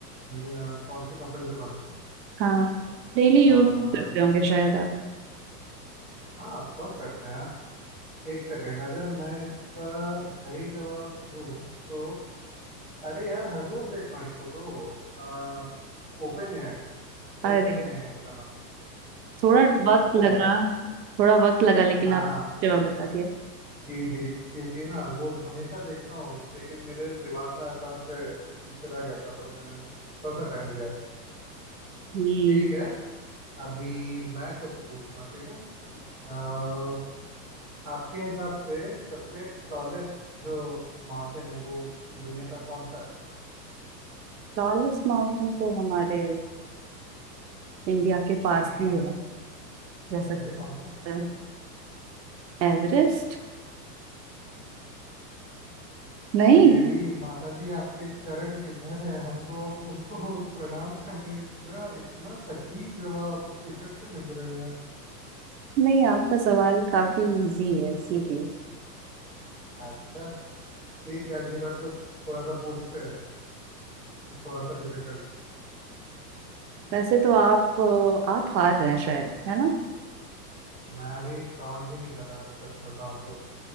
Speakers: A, in the centre; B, on the right.
A: मे- आ, कौन से कंपनी से बना है ना
B: हाँ डेली
A: आ,
B: यूज करते होंगे शायद आप
A: हाँ ऑफ कोर्स करते हैं यार एक सेकेंड अगर मैं इसका सही जवाब दूँ तो अरे यार हर रोज देखता हूँ इसको तो आ, ओपन एआई
B: अरे
A: ओपन एआई है इसका नाम
B: थोड़ा
A: अरे
B: वक्त
A: पता
B: लगा
A: है यार
B: थोड़ा वक्त लगा लेकिन
A: हाँ
B: आपने जवाब बता दिया
A: जी जी क्योंकि ना वो तो हमेशा देखता हूँ लेकिन मेरे दिमाग में अचानक से चला गया था तो मैंने थोड़ा सा टाइम दिया
B: हम्म
A: ठीक है अभी मैं कुछ पूछता हूँ ठीक है आ, आपके हिसाब से सबसे टॉलेस्ट जो माउंटेन है वो दुनिया का कौन सा है
B: टॉलेस्ट माउंटेन तो हमारे इंडिया के पास ही है जैसा
A: बताइए
B: कि पता
A: कौन सा
B: है। एवरेस्ट नहीं
A: देवी माता जी आपके चरण किधर है हमको अब उनको प्रणाम करने इतना इतना सटीक जवाब आपको किधर से मिल रहे हैं यार
B: नहीं आपका सवाल काफी इजी है इसीलिए
A: अच्छा ठीक है अगली बार कुछ थोड़ा सा पूछते हैं थोड़ा सा डिफिकल्ट
B: वैसे तो आप आप हार रहे हैं शायद है ना
A: मैं अभी काउंट भी नहीं कर रहा सच बताऊं तो